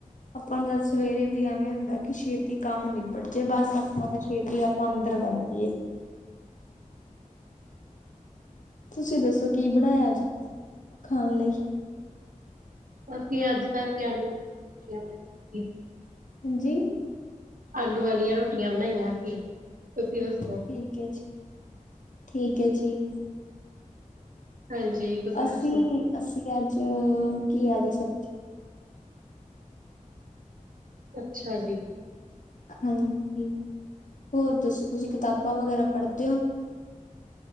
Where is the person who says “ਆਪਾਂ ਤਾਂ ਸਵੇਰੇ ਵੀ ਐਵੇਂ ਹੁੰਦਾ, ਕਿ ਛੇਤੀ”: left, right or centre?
Left